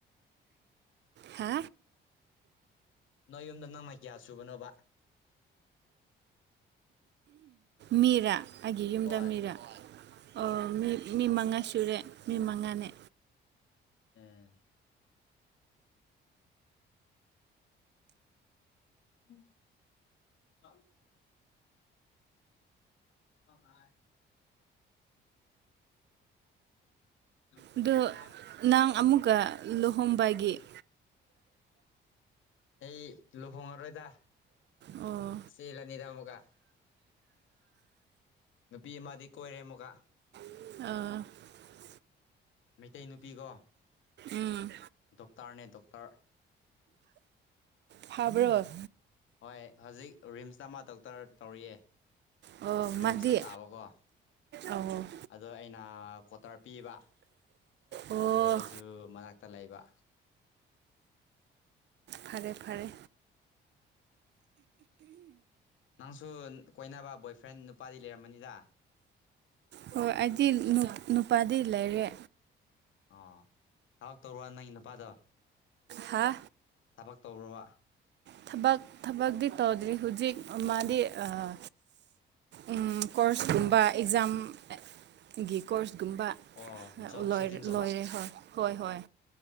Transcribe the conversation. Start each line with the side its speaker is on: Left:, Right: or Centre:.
Right: ꯍꯥ
Left: ꯅꯣꯏ ꯌꯨꯝꯗ ꯅꯣꯡꯃꯩ ꯀꯌꯥ ꯁꯨꯕꯅꯣꯕ
Right: ꯃꯤꯔ ꯑꯩꯒꯤ ꯌꯨꯝꯗ
Left: ꯍꯣꯏ
Right: ꯃꯤꯔ ꯑꯣ ꯃꯤ ꯃꯤ ꯃꯉꯥ ꯁꯨꯔꯦ ꯃꯤ ꯃꯉꯥꯅꯦ
Left: ꯑꯑ ꯎꯝ <unintelligible> ꯑꯣ <unintelligible> ꯑꯁꯥꯏꯕꯂ
Right: ꯑꯗꯣ
Left: <unintelligible>
Right: ꯅꯪ ꯑꯃꯨꯛꯀ ꯂꯨꯍꯣꯡꯕꯒꯤ
Left: ꯑꯩ ꯂꯨꯍꯣꯡꯉꯔꯣꯏꯗ
Right: ꯑꯣ
Left: ꯁꯤꯂꯅꯤꯗꯥꯃꯒ ꯅꯨꯄꯤ ꯑꯃꯗꯤ ꯀꯣꯏꯔꯦ ꯑꯃꯨꯒ
Right: ꯑ
Left: ꯃꯩꯇꯩ ꯅꯨꯄꯤꯒꯣ
Right: ꯎꯝ
Left: ꯗꯣꯛꯇꯔꯅꯦ ꯗꯣꯛꯇꯔ
Right: ꯐꯥꯕ꯭ꯔꯣ
Left: ꯍꯣꯏ ꯍꯧꯖꯤꯛ ꯔꯤꯝꯁꯇ ꯃꯥ ꯗꯣꯛꯇꯔ ꯇꯧꯔꯛꯑꯦ
Right: ꯑꯣ
Left: ꯔꯤꯝꯁꯇ
Right: ꯃꯥꯗꯤ
Left: ꯇꯥꯕꯀꯣ
Right: ꯑꯣ
Left: ꯑꯗꯣ ꯑꯩꯅ ꯀ꯭ꯋꯥꯇꯔ ꯄꯤꯕ
Right: ꯑꯣ
Left: ꯑꯗꯨ ꯑꯩꯁꯨ ꯃꯅꯥꯛꯇ ꯂꯩꯕ
Right: ꯐꯔꯦ ꯐꯔꯦ
Left: ꯅꯪꯁꯨ ꯀꯣꯏꯅꯕ ꯕꯣꯏꯐ꯭ꯔꯦꯟ ꯅꯨꯄꯥꯗꯤ ꯂꯩꯔꯝꯃꯅꯤꯗ
Right: ꯍꯣꯏ ꯑꯩꯗꯤ ꯅꯨꯄꯥꯗꯤ ꯂꯩꯔꯦ
Left: ꯑꯣ ꯊꯕꯛ ꯇꯧꯕꫪꫭ ꯅꯪꯒꯤ ꯅꯨꯄꯥꯗꯣ
Right: ꯍꯥ
Left: ꯊꯕꯛ ꯇꯧꯔꫭꯕ꯭ꯔ
Right: ꯊꯕꯛ ꯊꯕꯛꯇꯤ ꯇꯧꯗ꯭ꯔꯤ ꯍꯧꯖꯤꯛ ꯃꯥꯗꯤ ꯑꯥ ꯎꯝ ꯀꯣꯔꯁꯀꯨꯝꯕ ꯑꯦꯛꯖꯥꯝꯒꯤ ꯀꯣꯔꯁ ꯒꯨꯕ
Left: ꯑꯣ ꯖꯣꯕ ꯁꯦꯀꯤꯡ
Right: ꯂꯣꯏ
Left: ꯇꯧꯕ
Right: ꯂꫭꯏꯔ‌ꯦ ꯍꯣꯏ ꯍꯣꯏ ꯍꯣꯏ